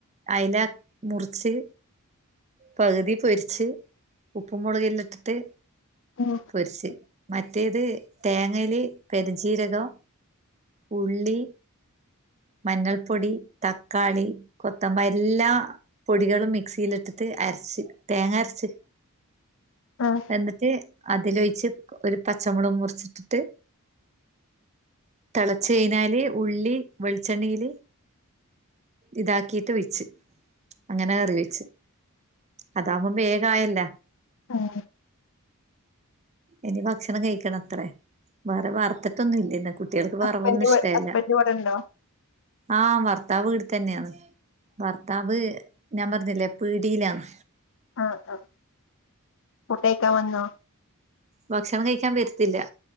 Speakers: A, on the right; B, on the left.
A: അയില മുറിച്ച് പകുതി പൊരിച്ച് ഉപ്പും മുളകല്ല ഇട്ടിട്ട്
B: ഉം
A: പൊരിച്ച് മറ്റേത് തേങ്ങേല് പെരിഞ്ചീരകം ഉള്ളി മഞ്ഞൾപ്പൊടി, തക്കാളി, കൊത്തമ്പല്ലാ പൊടികളും മിക്സിയിലിട്ടിട്ട് അരച്ച് തേങ്ങ അരച്ച്
B: ആഹ്
A: എന്നിട്ട് അതിലൊഴിച്ച് ഒരു പച്ചമുളക് മുറിച്ചിട്ടിട്ട് തെളച്ചഴിഞ്ഞാല് ഉള്ളി വെളിച്ചെണ്ണയില് ഇതാക്കിട്ട് വിച്ച് അങ്ങനെ കറി വെച്ച് അതാവുമ്പം വേഗയല്ല
B: ഉം
A: ഇനി ഭക്ഷണം കഴിക്കണം അത്രേ വേറെ വർത്തിട്ടൊന്നും ഇല്ലന്ന് കുട്ടിൾക്ക്
B: ഹസ്ബൻഡ്
A: വറവൊന്നും ഇഷ്ടല്ല
B: ഹസ്ബൻഡ് ഇവിടെ ഉണ്ടോ
A: ആഹ ഭർത്താവ് വീട്തന്നെയാണ് ഭർത്താവ് ഞാൻ പറഞ്ഞില്ലേ പിടിയിലാണ്
B: ആഹ ആഹ ഫുഡേക്കാൻ വന്നോ
A: ഭക്ഷണം കഴിക്കാൻ വരത്തില്ല